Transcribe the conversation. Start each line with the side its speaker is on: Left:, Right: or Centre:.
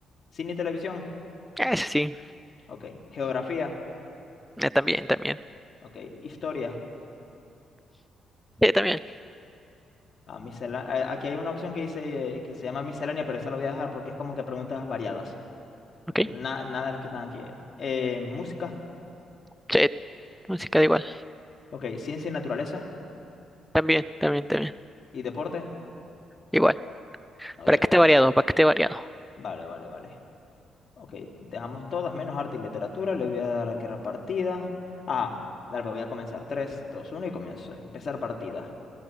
Left: ¿Cine y televisión?
Centre: Ah, Eso sí.
Left: Ok. ¿Geografía?
Centre: Ah, también, también.
Left: Ok. ¿Historia?
Centre: Sí, también.
Left: Ah, miscela- a- Aquí hay una opción que dice eh, que se llama miscelánea, pero esa la voy a dejar porque es como que preguntas variadas. Na-
Centre: Ok.
Left: nada de las que están aquí. Eh, música,
Centre: Sí, música da igual.
Left: ok. Ciencia y naturaleza
Centre: También, también, también.
Left: y deporte.
Centre: Igual.
Left: Ok,
Centre: Para que esté
Left: ok.
Centre: variado, para que esté variado.
Left: Vale, vale, vale. Ok, dejamos todas menos arte y literatura. Le voy a dar a crear partida. Ah, dale, pues voy a comenzar. Tres, dos, uno y comienzo. Empezar partida.